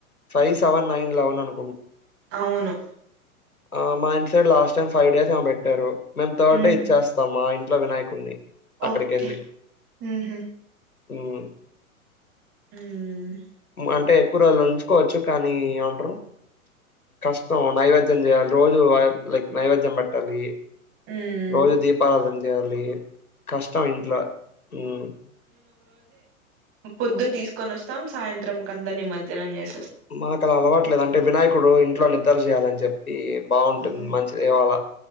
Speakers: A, on the left; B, on the right.
A: ఫైవ్ సెవన్ నైన్ లెవన్ అను
B: అవును
A: ఆ మా ఇంటి side last time five days ఏమో పెట్టారు మేము థర్డ్
B: హ్మ్.
A: డే ఇచ్చేస్తాం మా ఇంట్లో వినాయక. కున్ని అక్కడికెళ్ళి
B: ఓకే. హుహు.
A: హ్మ్
B: హ్మ్.
A: మా అంటే ఎక్కువ రోజులు ఉంచుకోవచ్చు కానీ ఏమంటరు కష్ట <inaudible> నైవేద్యం చేయాలి రోజు లైక్ నైవేద్యం పట్టాలి
B: హ్మ్.
A: రోజు దీపారాధన. చేయాలి కష్టం ఇంట్లో హ్మ్
B: పొద్దున్న తీసుకొని వస్తాం సాయంత్రం కంత నిమర్జనం చేస్తాం.
A: మాకు అలా అలవాట్లేదు అంటే వినాయకుడు ఇంట్లో నిద్ర చేయాలని చెప్పి. బాగుంటుంది
B: మ్మ్
A: మంచిది ఏమో అలా